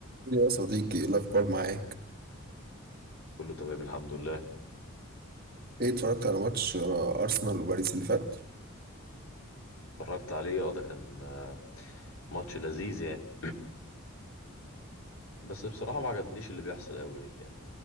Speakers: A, on the right; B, on the left.
A: يا صديقي ايه الاخبار معاك
B: كله تمام الحمد لله
A: ايه اتفرجت على ماتش آه، ارسنال وباريس اللي فات
B: اتفرجت عليه اه ده كان آه، ماتش لذيذ يعني <clears throat> بس بصراحة ما عجبنيش اللي بيحصل قوي يعني